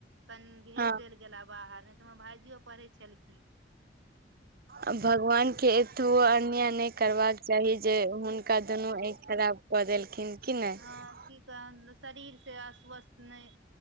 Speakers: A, on the right; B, on the right.
A: कनि भेज
B: हँ
A: देल गेल बाहर नहि तऽ हमर भायजियो पढ़ै छलखिन
B: आ भगवान के एतबो अन्याय नहि करबाक चाही जे हुनका
A: हँ
B: दुनू आँखि खराब कऽ देलखिन कि नहि
A: हँ की कह शरीर से अस्वस्थ नहि